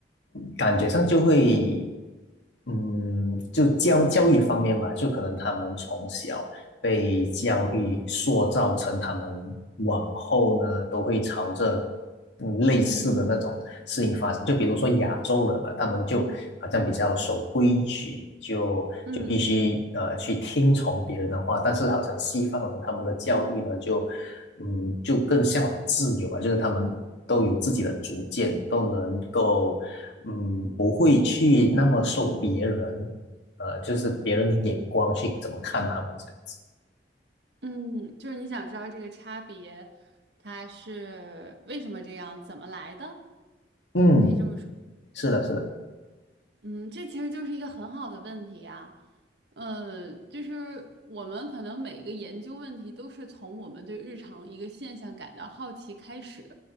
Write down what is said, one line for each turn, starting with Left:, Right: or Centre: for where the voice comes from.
Left: 感觉上就会嗯就教教育方面嘛，就可能他们从小。被教育塑造成他们往后呢都会朝着嗯类似的那种事情发展。就比如说亚洲人嘛，他们就好像比较守规矩，就就必须呃去听从别人的话。
Right: 嗯，
Left: 但是好像西方人他们的教育呢，就嗯就更向往自由吧，就是他们都有自己的主见，都能够嗯不会去那么受别人。呃，就是别人的眼光去怎么看他们这样子。
Right: 嗯，就是你想知道这个差别，它是为什么这样，怎么来的？
Left: 嗯，
Right: 可以这么说。
Left: 是的，是的，
Right: 嗯，这其实就是一个很好的问题呀。呃，就是我们可能每一个研究问题都是从我们对日常一个现象感到好奇开始，